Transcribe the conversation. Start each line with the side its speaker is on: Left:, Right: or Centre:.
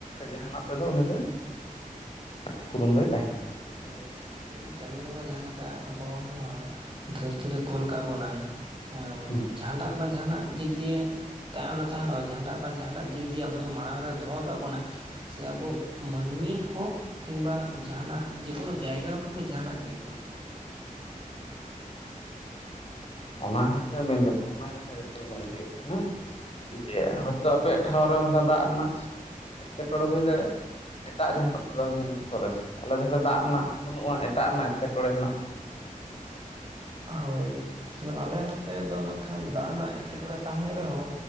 Left: ᱡᱟᱦᱟᱸᱱᱟᱜ ᱛᱮᱫᱚ ᱩᱱᱤ ᱫᱚ ᱯᱩᱨᱩᱱ ᱫᱚᱭ ᱛᱟᱦᱮᱸᱱ ᱜᱮᱭᱟ᱾
Right: ᱦᱳᱭ ᱪᱟᱸᱫᱩ ᱵᱚᱸᱜᱟ ᱡᱟᱦᱟᱸ ᱞᱮᱠᱟ ᱟᱵᱚ ᱱᱚᱣᱟ ᱫᱷᱟᱹᱨᱛᱤ ᱨᱮ ᱠᱳᱞ ᱠᱟᱫ ᱵᱚᱱᱟᱭ ᱮᱢ
Left: ᱦᱩᱸ
Right: ᱡᱟᱦᱟᱸᱱᱟᱜ ᱵᱟᱝ ᱡᱟᱦᱟᱸᱱᱟᱜ ᱫᱤᱠ ᱫᱤᱭᱮ ᱛᱟᱭᱚᱢ ᱨᱮ ᱛᱟᱦᱮᱸᱞᱚᱜ ᱡᱟᱦᱟᱸᱴᱟᱜ ᱵᱟ ᱡᱟᱦᱟᱸᱴᱟᱜ ᱫᱤᱠ ᱫᱤᱭᱮ ᱟᱵᱚ ᱫᱚ ᱢᱟᱲᱟᱝ ᱨᱮ ᱫᱚᱦᱚ ᱠᱟᱜ ᱵᱚᱱᱟᱭ ᱥᱮ ᱟᱵᱚ
Left: ᱦᱩᱸ
Right: ᱢᱟᱹᱱᱢᱤ ᱦᱳᱠ ᱠᱤᱝᱜᱵᱟ ᱡᱟᱦᱟᱸᱱᱟᱜ ᱡᱮ ᱠᱳᱱᱳ ᱡᱟᱭᱜᱟ ᱦᱳᱠ ᱠᱤᱝᱵᱟ ᱡᱟᱦᱟᱸᱱᱟᱜ ᱜᱮ
Left: ᱚᱱᱟ ᱦᱩᱭᱩᱜ ᱠᱟᱱᱟ ᱢᱮᱱ ᱠᱟᱛᱷᱟ ᱚᱱᱟ ᱠᱟᱛᱷᱟ ᱜᱮᱛᱚ ᱢᱮᱱ ᱦᱩᱭᱩᱜ ᱠᱟᱱᱟ᱾ ᱡᱮ ᱦᱚᱭᱛᱚ ᱟᱯᱮᱭᱟᱜ ᱴᱷᱟᱶ ᱨᱮ ᱚᱱᱠᱟ ᱫᱟᱜ ᱨᱮᱱᱟᱜ ᱮᱴᱠᱮᱴᱚᱬᱮ ᱦᱩᱭ ᱫᱟᱲᱮᱭᱟᱜ-ᱟ᱾ ᱮᱴᱟᱜ ᱡᱟᱦᱟᱸᱱᱟᱜ ᱛᱮᱫᱚ ᱧᱮᱞᱢᱮ ᱥᱚᱨᱮᱥ ᱜᱮᱭᱟ ᱟᱞᱮ ᱫᱷᱟᱨᱮ ᱫᱟᱜ ᱨᱮᱱᱟᱜ ᱵᱟᱹᱱᱩᱜᱼᱟ ᱮᱴᱟᱜ ᱨᱮᱱᱟᱜ ᱮᱴᱠᱮᱴᱚᱬᱮ ᱦᱮᱱᱟᱜ ᱦᱮᱸ ᱥᱮ᱾
Right: ᱦᱳᱭ ᱢᱮᱱ ᱟᱞᱮ ᱱᱚᱛᱮ ᱫᱚ ᱱᱟᱜ ᱠᱷᱟᱱ ᱫᱟᱜ ᱨᱮᱱᱟᱜ ᱮᱴᱠᱮᱴᱚᱬᱮ ᱛᱟᱦᱮᱸ ᱨᱮᱦᱚᱸ